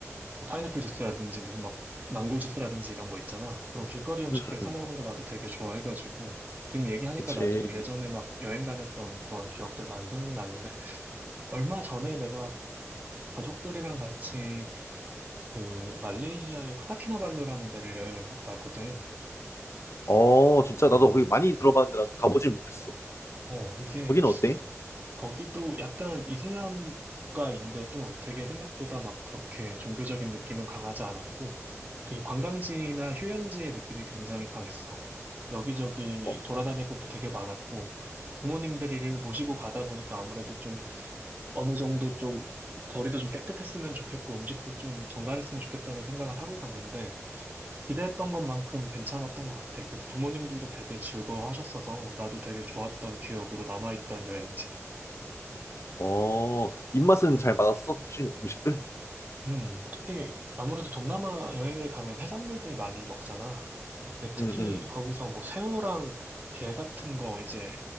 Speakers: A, on the right (about 35°); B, on the left (about 60°).
A: 뭐 파인애플 주스라든지 무슨 막 망고 주스라든지 이런 거 있잖아. 그런 길거리 음식들
B: 음,
A: 사
B: 음.
A: 먹는 거 나도 되게 좋아해가지고 지금 얘기하니까
B: 그치.
A: 나도 예전에 막 여행 다녔던 그런 기억들 많이 생각나는데 얼마 전에 내가 가족들이랑 같이 그 말레이시아의 코타키나발루라는 데를 여행을 갔다 왔거든.
B: 어, 진짜
A: 어,
B: 나도 거기 많이 들어봤는데 난 가보진 못했어.
A: 어, 이게
B: 거기는 어때?
A: 거기도 약간 이슬람 국가인데도 되게 생각보다 막 그렇게 종교적인 느낌은 강하지 않았고 되게 관광지나 휴양지의 느낌이 굉장히 강했어. 여기저기
B: 어,
A: 돌아다닐 곳도 되게 많았고, 부모님들이를 모시고 가다 보니까 아무래도 좀 어느 정도 좀 거리도 좀 깨끗했으면 좋겠고, 음식도 좀 정갈했으면 좋겠다는 생각을 하고 갔는데, 기대했던 것만큼 괜찮았던 것 같아. 그래서 부모님들도 되게 즐거워하셨어서, 나도 되게 좋았던 기억으로 남아있던 여행지야.
B: 어, 입맛은 잘 맞았어? 혹시 음식들?
A: 음, 특히 아무래도 동남아 여행을 가면 해산물들 많이 먹잖아. 근데 특히
B: 응, 응,
A: 거기서 뭐 새우랑 게 같은 거 이제